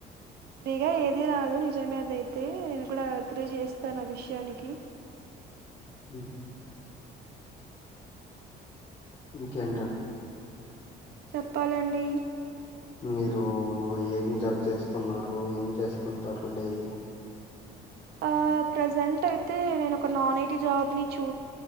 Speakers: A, on the right; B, on the left.
A: ఫ్రీగా ఏది రాదు నిజమే అదయితే నేను కూడా ఎగ్రీ చేస్తాను ఆ విషయానికి
B: హ ఇంకెంటాం
A: చెప్పాలండి
B: మీరు ఏం జాబ్ చేస్త స్తున్నారు ఏం చేస్తుంటారు డైలీ
A: ఆ ప్రజెంట్ అయితే నేను ఒక నాన్ ఐటీ జాబ్ని చూ